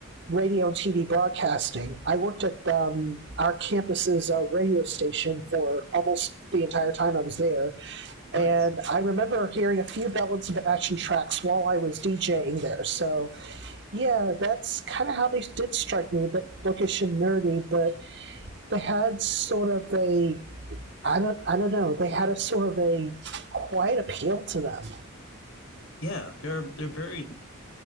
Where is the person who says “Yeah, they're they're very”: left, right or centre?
Left